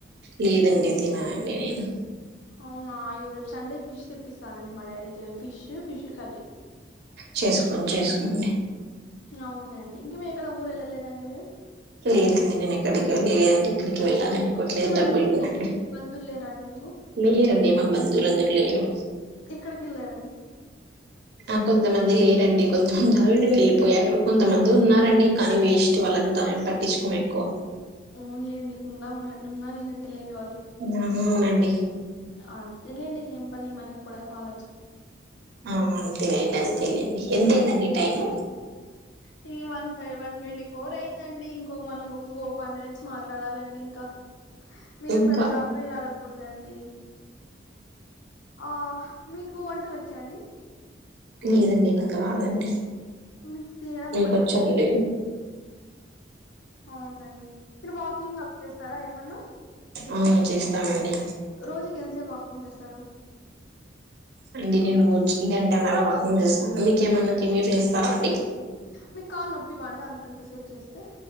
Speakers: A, on the right; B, on the left.
A: లేదండి తిననండి నేను
B: హవునా అయ్యో రేప్ సండే ఫిష్ తెప్పిస్తానండి మా డాడీ తెలి ఫిష్ ఫిష్ కర్రీ
A: చేసుకోన్ చేసుకోండి
B: అవునండి ఇంకేం మీరేక్కడ ఊరు వెళ్ళలేదా అండి మీరు
A: లేదండి నేను ఎక్కడికి వెళ్ళలేదండి ఎక్కడికి వెళ్ళాలని కొట్లేదు
B: ఏమండి
A: డబ్బులేవండి
B: మీకు రిలేటివ్ మీకు బంధువులు లేరా అండి మీకు
A: లేరండి మా బంధువులందరు లేరు
B: ఎక్కడ్కెళ్ళారండి
A: ఆ కొంతమంది లేరండి కొంతమంది ఆల్రెడీ వెళ్ళిపోయారు కొంతమంది ఉన్నారండి కానీ వేస్ట్ వాళ్ళంతా ఏం పట్ ట్టించుకోం ఎక్కువ
B: వున్లేండి ఉన్నా ఉన్నా ఉన్నా లేనట్టే లేండి వాళ్ళు
A: మ్మ్ అవునండి
B: అంతేలేండి ఏం పని మనకు కూడా వాళ్ళతో
A: ఆ అంతేలేండి అంతేలేండి ఎంతైందండి టైమ్
B: కి వన్థ వన్ ట్వంటీ ఫోర్ అయిందండి ఇంకొక మనం ఒక ఫోర్ ఫైవ్ మినిట్స్ మాట్లాడాలండి ఇంకా హ మీరు
A: ఇంకా
B: పల్లపులు ఇలా అడకూడదండి ఆ మీకు కు వంటలు వచ్చ అండి
A: లేదండి నాకు రాదండి
B: మీకు తినడం
A: ఇంకొచ్చండి
B: ఒకటే వస్తుందా అవునండి మీరు వాకింగ్ అలా చేస్తారా ఏమన్నా
A: అవును చేస్తామండి
B: రోజుకి ఎంతసేపు వాకింగ్ చేస్తారు
A: అండి నేను వచ్చిన వెంటనే వాకింగ్ చేస్తాను మీకేమన్నా తిని చేస్తారా అండి
B: మీకు కాలు నొప్పివ అండి అంతంత సేపు చేస్తే